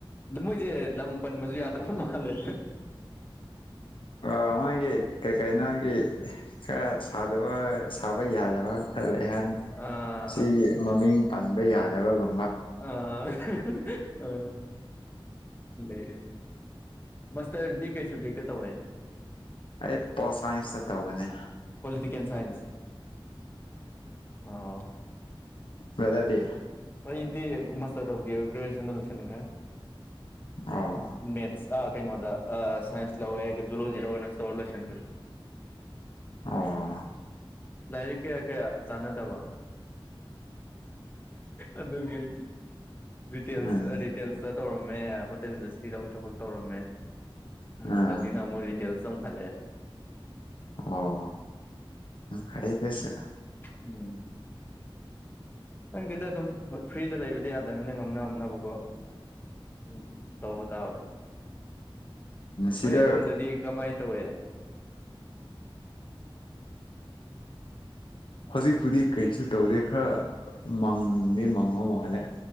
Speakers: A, on the left; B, on the left.
A: ꯂꯝ ꯃꯣꯏꯖꯦ ꯂꯝ ꯄ ꯃꯁꯨ ꯌꯥꯗ ꯃꯥꯜꯂꯦ
B: ꯑ ꯃꯥꯥꯏꯒꯤ ꯀꯩ ꯀꯩꯅꯣꯒꯤ ꯈꯔ ꯁꯥꯗꯕ ꯁꯥꯕ ꯌꯥꯗꯕ ꯈꯔ ꯂꯩ ꯍꯥꯏꯔꯅꯤ
A: ꯑꯥ
B: ꯁꯤꯒꯤ ꯃꯃꯤꯡ ꯄꯟꯕ ꯌꯥꯗꯕꯒꯨꯝ
A: ꯑ ꯍ ꯑ ꯂꯩ ꯃꯁꯇꯔꯗꯤ ꯀꯩ ꯁꯕꯖꯦꯛꯛꯇ ꯇꯧꯦ
B: ꯑꯩ ꯄꯣꯜ ꯁꯥꯏꯟꯁꯇ ꯇꯧꯕꯅꯦ
A: ꯄꯣꯂꯤꯇꯤꯀꯦꯜ ꯁꯥꯏꯟꯁ ꯑꯣ
B: ꯃꯦꯗꯥꯇ
A: ꯑꯩ ꯏꯗꯤꯦ ꯃꯁ ꯇꯧꯗꯤ ꯭ꯔꯦꯖꯨꯌꯦꯦꯁꯟꯗ ꯂꯣꯏꯁꯟꯈ꯭ꯔꯦ
B: ꯑꯣ
A: ꯃꯦꯠ ꯑ ꯀꯩꯅꯅꯨꯡ ꯁꯥꯏꯟꯁ ꯂꯋꯦ ꯖꯨꯂꯣꯖꯤ ꯂꯋꯦ ꯅ ꯂꯦꯁꯟꯔꯦ
B: ꯑꯣ
A: ꯂꯥꯏꯔꯤꯛ ꯀꯌꯥ ꯀꯌꯥ ꯆꯥꯟꯅꯗꯕ ꯑꯗꯨꯒꯤ ꯇꯁ
B: ꯎꯝ
A: ꯔꯤꯇꯦꯜꯁꯇ ꯇꯧꯔꯝꯃꯦ ꯍꯣꯇꯦꯜꯗꯁꯇꯤꯗ ꯑꯃꯛ ꯊꯕꯛ ꯇꯧꯔꯝꯃꯦ ꯑ
B: ꯑꯥ
A: ꯍꯧꯖꯤ ꯏ ꯅ ꯃ ꯇꯦꯜꯁꯝ ꯐꯂꯦ
B: ꯑꯣ ꯍꯥꯏꯗꯁ
A: ꯎꯝ ꯅꯪꯗꯨꯗ ꯑꯗꯨꯝ ꯐ꯭ꯔꯤꯗ ꯂꯩꯕꯗꯤ ꯌꯥꯗꯕꯅꯤꯅ ꯉꯝꯅꯝꯅꯕꯀꯣ ꯎꯝ ꯇ ꯀ
B: ꯁꯤꯗ
A: ꯅꯣꯏ ꯌꯦ ꯗꯣꯝꯗꯗꯤ ꯀꯃꯥꯏ ꯠꯇꯕꯨꯦ
B: ꯍꯧꯖꯤꯛꯄꯨꯗꯤ ꯀꯩꯁꯨ ꯇꯧꯔꯦ ꯈꯔ ꯃꯪꯅꯤ ꯃꯉꯣ ꯃꯥꯂꯦ